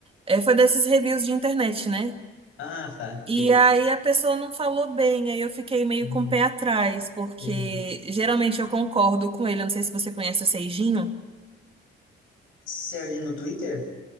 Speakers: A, on the right; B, on the left.
A: eh, foi desses reviews de internet, né?
B: Ah, tá.
A: E
B: Entendi.
A: aí a pessoa não falou bem, aí eu fiquei meio
B: Uhum,
A: com o pé atrás, porque
B: Entendi.
A: geralmente eu concordo com ele. Eu não sei se você conhece o Seijinho.
B: Serve no Twitter?